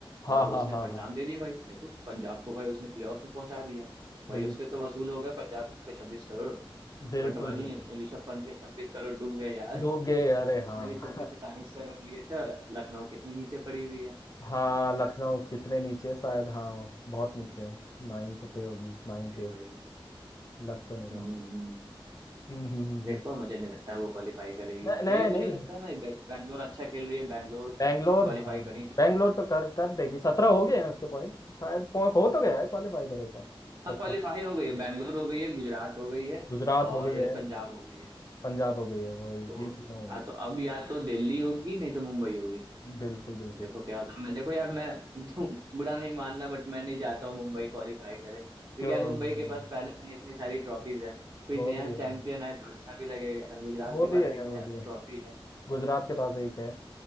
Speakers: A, on the left; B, on the right.
A: हाँ
B: और
A: हाँ
B: उसने
A: हाँ
B: परिणाम
A: हाँ
B: दे दिया भाई देखो पंजाब को भाई उसने प्लेऑफ में पहुंचा दिया
A: बिल,
B: भाई उसके तो वसूल हो गए पंजाब के छब्बीस करोड़
A: बिल्कुल
B: बट वहीं
A: बिल्कुल
B: ऋषभ पंत के छब्बीस करोड़ डूब गए यार
A: डूब
B: <laughs>
A: गए अरे
B: उसने
A: हाँ
B: भी छब्बीस सत्ताईस
A: <laughs>
B: करोड़ लिए थे और लखनऊ कितनी नीचे पड़ी हुई है
A: हाँ लखनऊ कितने नीचे शायद हाँ बहुत नीचे है नाइन्थ पे होगी नाइन्थ
B: भाई
A: एट
B: भाई
A: लग तो नहीं रहा
B: हम्म हम्म।
A: हम्म हम्म हम्म
B: देखो
A: हम्म।
B: मुझे नहीं लगता है वो क्वालिफाई करेगी
A: नहीं
B: यही मुझे
A: नहीं नहीं
B: लगता है ना बै- बैंगलोर अच्छा खेल रही है बैंगलोर
A: बैंगलोर
B: क्वालिफाई
A: हाँ
B: कर ही चुकी
A: बैंगलोर
B: है
A: तो कर कर देगी सत्रह हो गए हैं उसके पॉइंट शायद पौ- हो तो गया है क्वालिफाई मेरे हिसाब से
B: हाँ
A: 17
B: क्वालिफाई हो गई है बैंगलोर हो गई है गुजरात हो गई है
A: गुजरात हो
B: और
A: गई है
B: पंजाब हो गई है
A: पंजाब हो गई है वो ये
B: तो
A: तीनों हो गई
B: हाँ
A: है
B: तो अब या तो दिल्ली होगी नहीं तो मुंबई होगी तो
A: बिल्कुल बिल्कुल
B: देखो क्या होता है मैं देखो यार मैं <laughs> तो बुरा नहीं मानना बट मैं नहीं चाहता हूँ मुंबई क्वालिफाई करे क्योंकि
A: क्यों
B: यार मुंबई के पास पहले से ही इतनी सारी ट्रॉफीज है कोई
A: वो
B: नया
A: भी
B: चैंपियन
A: है
B: आए तो अच्छा भी लगेगा यार गुजरात
A: वो
B: के
A: भी
B: पास
A: है
B: एक
A: वो
B: ट्रॉफी
A: भी है
B: है
A: गुजरात के पास एक है